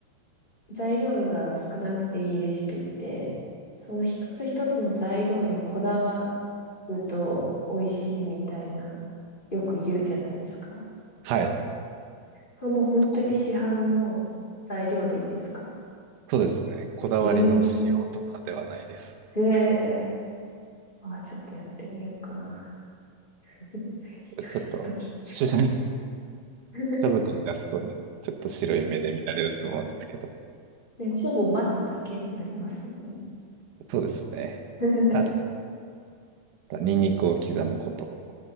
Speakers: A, on the left; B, on the right.
A: 材料が少なくていいレシピって、その一つ一つの材料にこだわると美味しいみたいな、よく言うじゃないですか。
B: はい。
A: これもう本当に市販の材料でいいんですか
B: こそうですね。こだわりの塩とかではないです。
A: ええええあ、ちょっとやってみようかな。<laughs> 一人の時。
B: ちょっと、<laughs> 主人
A: <laughs>
B: 家族に出すとね、ちょっと白い目で見られると思うんですけど。
A: ね、ほぼ待つだけになりますよね。
B: そうですね。
A: <laughs>
B: あ、ニンニクを刻むこと、